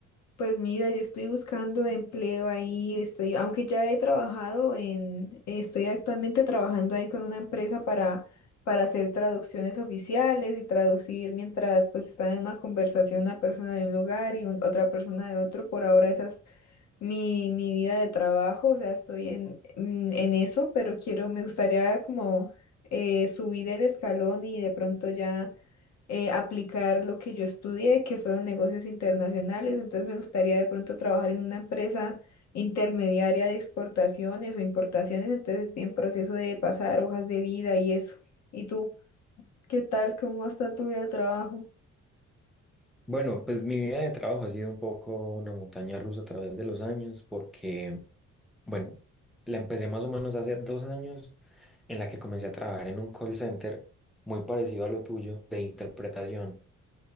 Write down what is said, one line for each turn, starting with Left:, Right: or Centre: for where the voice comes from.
Left: Pues mira, yo estoy buscando empleo ahí, estoy, aunque ya he trabajado en, estoy actualmente trabajando ahí con una empresa para, para hacer traducciones oficiales y traducir mientras pues están en una conversación una persona de un lugar y un- otra persona de otro. Por ahora esa es mi, mi vida de trabajo, o sea, estoy en, en en eso, pero quiero, me gustaría como eh, subir el escalón y de pronto ya eh, aplicar lo que yo estudié, que fueron negocios internacionales. Entonces me gustaría de pronto trabajar en una empresa intermediaria de exportaciones o importaciones. Entonces estoy en proceso de pasar hojas de vida y eso. ¿Y tú? ¿Qué tal? ¿Cómo está tu vida de trabajo?
Centre: Bueno, pues mi vida de trabajo ha sido un poco una montaña rusa a través de los años porque, bueno, la empecé más o menos hace dos años en la que comencé a trabajar en un call center muy parecido a lo tuyo de interpretación.